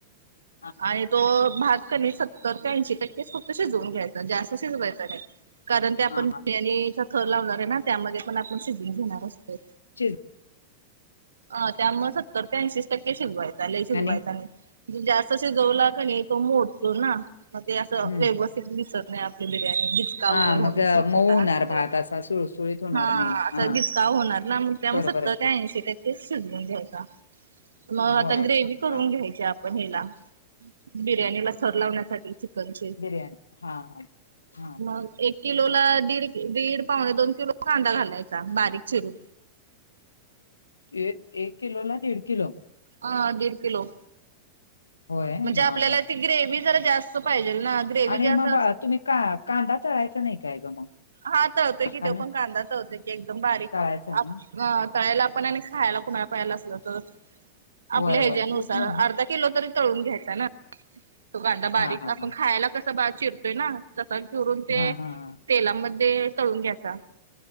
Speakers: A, on the left (about 80°); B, on the right (about 80°).
A: हा
B: आणि तो भात कनी सत्तर ते ऐंशी टक्के फक्त शिजवून घ्यायचा जास्त शिजवायचं नाही. कारण ते आपण
A: हा
B: बिर्याणीचा
A: हा हा
B: थर लावणार आहे ना त्यामध्ये पण आपण शिजून घेणार असतोय.
A: <unintelligible>
B: हां त्यामुळ सत्तर ते ऐंशीच टक्के शिजवायच लई शिकवायचां
A: आणि
B: नाही. जास्त शिजवला कनी तो मोडतो ना. मग ते असं
A: हम्म
B: व्यवस्थित मिसळत नाही आपली बिर्याणी बचका
A: हा
B: वगैरे होण्याची
A: मग अ,
B: शक्यता
A: मऊ होणार
B: असते.
A: भात असा सुळसुळीत होणार
B: हां
A: नाही
B: अस
A: हा
B: घिचकाव होणार ना मग त्या
A: बरोबर
B: मग सत्तर
A: आहे
B: त्या
A: की
B: ऐंशी टक्के तेच शिजवुन घ्यायचा मग
A: होय
B: आता ग्रेव्ही करून
A: हा
B: घ्यायची. त्या हेला बिर्याणीला थर लावण्या साठी चिकनचे
A: बिर्याणी हा हा हा
B: मग एक किलोला, दीड दीड, पावणे दोन किलो कांदा घालायचा बारीक चिरून
A: एक किलो ला, दीड किलो
B: हां दीड किलो
A: होय
B: म्हणजे
A: हा
B: आपल्याला
A: हा
B: ती ग्रेव्ही जरा जास्त पाहिजे ना. ग्रेव्ही
A: आणि
B: जास्त
A: मग तुम्ही, का -कांदा तळायचा नाही. काय ग मग
B: हा तळतोय की,
A: का
B: त्यो
A: नाही
B: पण कांदा तळतोय ते एकदम बारीक
A: तळायचा
B: अ
A: ना
B: तळायला पण, आणि खायला कुणाला पहिजेल असल तर. आपल्या
A: होय
B: ह्याच्या
A: होय
B: नुसार
A: तेच म्हणलं
B: अर्धा किलो तरी, तळून घ्यायचा ना. तो कांदा बारीक
A: हा हा
B: आपण
A: हा
B: खायला कसा बारीक चिरतोय ना तसा चिरून ते
A: हा हा हा
B: तेलामध्ये तळून घ्यायचा